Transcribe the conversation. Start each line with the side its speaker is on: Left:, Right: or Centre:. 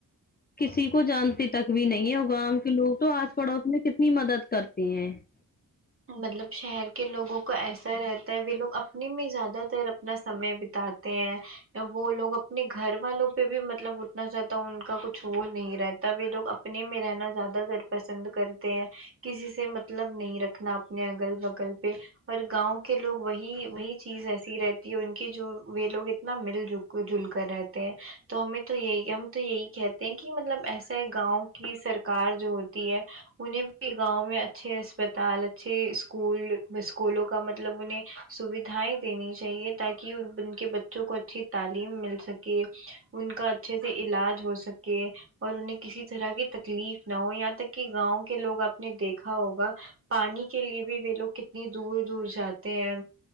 Left: کسی کو جانتے تک بھی نہیں ہے گاں کے لوگ تو آس پڑوس میں کتنی مدد کر تے ہیں
Right: مطلب شہر کے لوگوں کو ایسا رہتا وہ لوگ اپنے میں زیادہ تر اپنا سمے بتاتے ہیں وہ لوگ اپنے گھر والوں پہ بھی مطلب اتنا زیادہ ان کا کچھ وہ نہیں رہتا وہ لوگ اپنے میں رہنا زیادہ تر پسند کرتے ہیں کسی سے مطلب نہیں رکھ رکھنا اپنے اگل بگل پہ اور گاؤں کے لوگ وہی وہی چیز ایسی رہتی ہے ان کی جو وہ لوگ اتنا مل جول مل جل کر رہتے ہیں تو ہمیں تو یہی ہم تو یہی کہتے ہیں کہ مطلب ایسا ہے گاؤں کی سرکار جو ہوتی ہے انہیں بھی گاؤں میں اچھے اسپ تال اچھے اسکول اسکولوں کا مطلب انہیں سویدھا یں دینی چاہیے تاکہ ان ان کے بچوں کو اچھی تعلیم مل سکے ان کا اچھے سے علاج ہو سکے اور انہیں کسی طرح کی تکلیف نہ ہو یہاں تک کہ گاؤں کے لوگ آپ نے دیکھا ہوگا پانی کے لیے بھی یہ لوگ کتنی دور دور جاتے ہیں